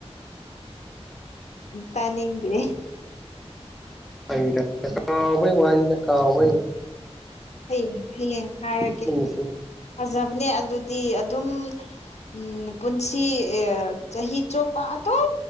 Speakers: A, on the left (about 80°); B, in the centre.
A: ꯍꯅꯤꯇꯅꯤꯒꯦ
B: ꯑꯩ ꯀꯥꯎꯑꯣ ꯋꯥꯅꯤꯗ ꯀꯥꯎꯑꯣ
A: ꯍꯌꯦꯡ ꯍꯌꯦꯡ ꯍꯥꯏꯔꯛꯀꯦ
B: ꯑꯗꯨꯝ ꯅꯤꯡꯁꯤꯡ
A: ꯐꯖꯕꯅꯦ ꯑꯗꯨꯗꯤ ꯑꯗꯨꯝ ꯎꯝ ꯄꯨꯟꯁꯤ ꯆꯍꯤ ꯆꯨꯞꯄ ꯑꯗꯨꯝ